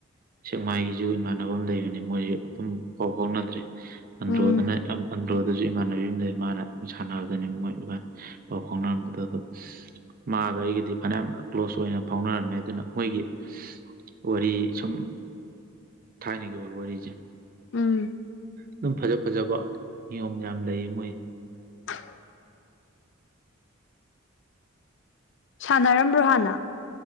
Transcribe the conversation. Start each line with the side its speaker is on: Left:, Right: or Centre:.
Right: ꯁꯦꯛꯃꯥꯏꯒꯤꯁꯨ ꯏꯃꯥꯟꯅꯅꯕ ꯑꯃ ꯂꯩꯕꯅꯤ ꯃꯣꯏꯁꯨ ꯑꯗꯨꯝ ꯄꯥꯎ ꯐꯥꯎꯅꯗ꯭ꯔꯦ ꯑꯟꯣꯗꯅꯟ
Left: ꯎꯝ
Right: ꯑꯗꯨꯁꯨ ꯏꯃꯥꯟꯅꯕꯤ ꯑꯃꯗ ꯃꯥꯅ ꯁꯥꯟꯅꯕꯗꯅꯤ ꯃꯣꯏ ꯏꯕꯥ ꯄꯥꯎ ꯐꯥꯎꯅꯔꯝꯕꯗꯣ ꯑꯗ ꯃꯥꯒ ꯑꯩ ꯐꯅꯌꯥꯝꯅ ꯀ꯭ꯂꯣꯁ ꯑꯣꯏꯅ ꯐꯥꯎꯅꯔꯝꯃꯦ ꯑꯗꯨꯅ ꯃꯣꯏꯒꯤ ꯋꯥꯔꯤ ꯁꯨꯝ ꯊꯥꯏ ꯅ ꯀ ꯋꯥꯔꯤ ꯋꯥꯔꯤꯖꯦ
Left: ꯎꯝ
Right: ꯑꯗꯨꯝ ꯐꯖ ꯐꯖꯕ ꯅꯤꯌꯣꯝ ꯌꯥꯝ ꯂꯩ ꯃꯣꯏ
Left: <unintelligible> ꯁꯥꯟꯅꯔꯝꯕ꯭ꯔꯣ ꯍꯥꯟꯅ